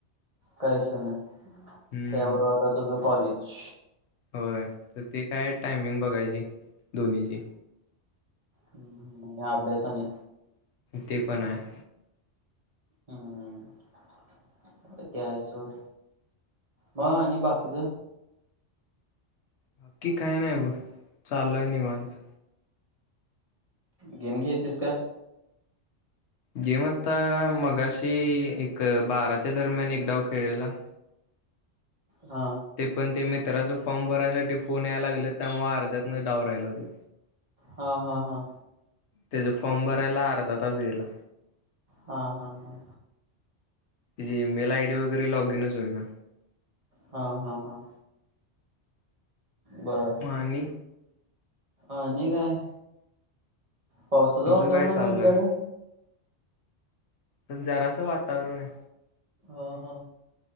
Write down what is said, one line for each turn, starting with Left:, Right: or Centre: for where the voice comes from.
Right: कायश नाही
Left: हम्म.
Right: त्याबरोबर आता त जो कॉलेज
Left: होय तर ते काय टायमिंग बघायची दोन्हीची
Right: आणि अभ्यास आनी
Left: ते पण आहे.
Right: हम्म. ते आहेच सोड मग आणि बाकीच?
Left: बाकी काय नाही बग चालूय निवांत.
Right: गेम घेतीस काय?
Left: गेम आता मगाशी एक बाराच्या दरम्यान एक डाव खेळलेला.
Right: हा.
Left: ते पण ते मित्राच फॉर्म भरायसाठी फोन यायला लागले त्यामुळे अर्ध्यातन डाव राहिला त्यो.
Right: हा हा हा.
Left: त्याचा फॉर्म भरायला अर्धा तास गेला.
Right: हा हा हा.
Left: त्याची मेल आय डी वगैरे लॉग इनच होई ना.
Right: हा हा हा. बर
Left: आणि
Right: आणि काय? पावसाचं
Left: तुझं
Right: वातरण
Left: काय
Right: हाय
Left: चालू
Right: का तुमच्याकड?
Left: आहे तर जरासं वातावरण आहे.
Right: हा हा.